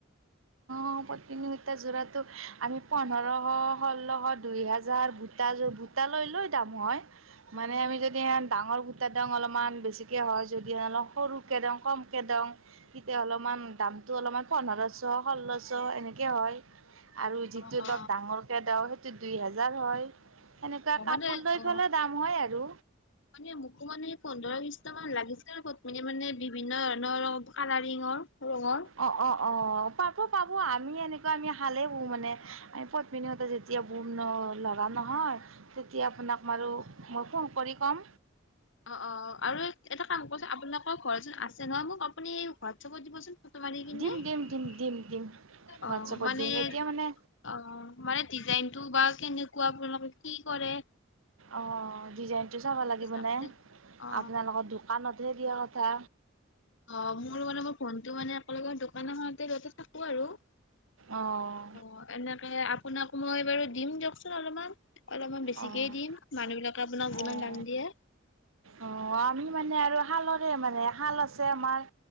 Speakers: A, on the right; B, on the left.
A: অ' পদ্মিনী সূতা জোৰাটো আমি পোন্ধৰশ ষোল্লশ দুই হেজাৰ ভোটাযোৰ ভোটা লৈ লৈ দাম হয়। মানে আমি যদি সূটা দাম অলপমান বেছিকৈ হয় যদি অলপ সৰুকৈ দও, কমকৈ দওঁ, তেতিয়া অলপমান দামটো অলপমান পোন্ধৰশ ষোল্লশ এনেকৈ হয়। আৰু
B: অ
A: যিটো
B: অ।
A: ধক ডাঙৰকে দেও সেইটো দুই হেজাৰ হয়। এনেকুৱা
B: অ
A: কাপোৰ
B: মানে
A: লৈ
B: অ
A: পেলাই দাম হয় আৰু।
B: মানে মোকো মানে পোন্ধৰ বিশটা মান লাগিছে পদ্মিনী মানে বিভিন্ন অন্য ৰঙ কালাৰিঙৰ ৰঙৰ।
A: অ অ অ। পাব পাব আমি এনেকুৱা আমি সালেই বওঁ মানে, আমি পদ্মিনী সূতা যেতিয়া বম ন', লগাম নহয় তেতিয়া আপোনাক বাৰু মই ফোন কৰি কম।
B: অ অ আৰু এটা কাম কৰচোন, আপোনালোকৰ ঘৰচোন আছে নহয় মোক আপুনি ঘৰত থ'ব দিবচোন। মাৰি কিনে,
A: দিম দিম দিম
B: অ'
A: দিম দিম হোৱাটছএপত
B: মানে,
A: দিম এতিয়া মানে
B: অ' মানে ডিজাইনটো বা কেনেকুৱা আপোনোলো কি কৰে?
A: অহ'। ডিজাইনটো চাব
B: অ সেইটো
A: লাগিব নে,
B: অ
A: আপোনালোকৰ দোকানত ধেহ দিয়া কথা।
B: অ' মোৰ মানে, মোৰ ফোনটো মানে আপোনালোকৰ দোকান এখনতে ৰ্ড থাকো আৰু। <inaudible>
A: অঁ
B: অ' এনেকে আ আপোনাক মই বাৰু দিম দিয়কচোন অলপমান। অলপমান বেছিকেই
A: অ'
B: দিম মানুহ বিলাকে আপোনাক যিমান
A: অ'
B: দাম দিয়ে
A: অ' আমি মানে আৰু শালৰে মানে শাল আছে আমাৰ,